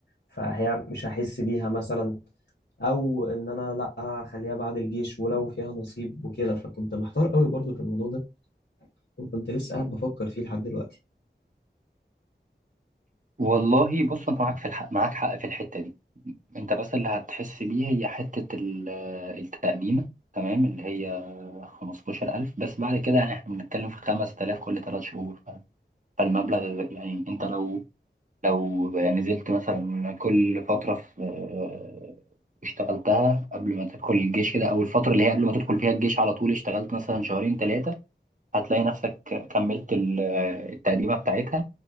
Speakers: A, on the left (about 75°); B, on the right (about 45°).
A: فهي مش هحس بيها مثلا او ان انا لا اخليها بعد الجيش ولو فيها نصيب وكده فكنت محتار قوي برضو في الموضوع ده وكنت لسه قاعد بفكر فيه لحد دلوقتي
B: والله بص أنت معاك في الحق معاك حق في الحتة دي أنت بس اللي هتحس بيه هي حتة ال- التقديمة تمام اللي هي 15000 بس بعد كده يعني إحنا بنتكلم في 5000 كل ثلاث شهور فالمبلغ يعني انت لو لو يعني نزلت مثلا كل فترة في آه، اشتغلتها قبل ما تدخل الجيش كده او الفترة اللي هي قبل ما تدخل فيها الجيش على طول اشتغلت مثلا شهرين ثلاثة هتلاقي نفسك كملت ال- آه، التقديمة بتاعتها